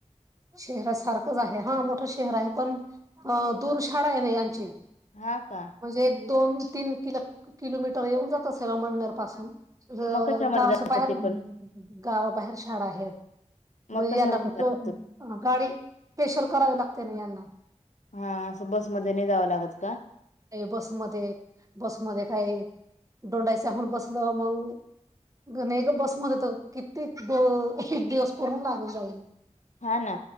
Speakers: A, on the right (about 25°); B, on the left (about 70°).
A: शहरा सारखंच आहे ह मोठं शहर आहे पण अ दूर शाडा आहे ना यांची.
B: हा का.
A: म्हणजे एक दोन, तीन किल-किलोमीटर येऊन जात असे अमननेर पासून. ज
B: मग कशामध्ये
A: गावच्या
B: जातात
A: बाहेर
B: तिकडनं
A: गावाबाहेर शाडा आहे.
B: मग
A: म्हणजे
B: कशामध्ये
A: यांना कसं
B: जातात तुम्ही
A: गाडी स्पेशल करावी लागते ना यांना.
B: हा असं बसमध्ये नाही जावं लागत का?
A: नाही बसमध्ये, बसमध्ये काय डोंडायच्याहून बसलं मंग ग नाही ग बसमध्ये तर कितीक द एक-एक दिवस पूर्ण लागून जाईल.
B: हा ना.